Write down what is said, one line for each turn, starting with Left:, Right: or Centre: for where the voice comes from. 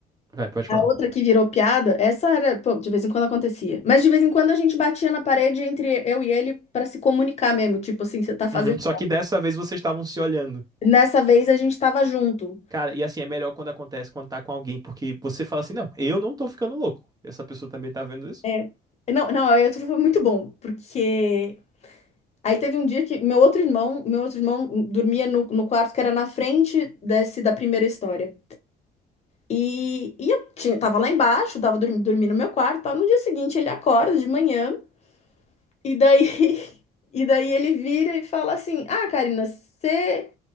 Right: Vai, pode
Left: a
Right: falar.
Left: outra que virou piada, essa era, pô, de vez em quando acontecia. Mas de vez em quando a gente batia na parede entre eu e ele para se comunicar mesmo. Tipo assim, você tá fazendo.
Right: Uhum. Só que dessa vez vocês estavam se olhando.
Left: Nessa vez a gente tava junto.
Right: Cara, e assim, é melhor quando acontece, quando tá com alguém, porque você fala assim, não, eu não tô ficando louco. Essa pessoa também tá vendo isso?
Left: É, não, não, aí outro foi muito bom, porque aí teve um dia que meu outro irmão, meu outro irmão dormia no, no quarto que era na frente desse da primeira história. E, e eu tinha, tava lá embaixo, tava dormindo, dormindo no meu quarto, tal. No dia seguinte ele acorda de manhã e daí <laughs> e daí ele vira e fala assim: "Ah, Karina, você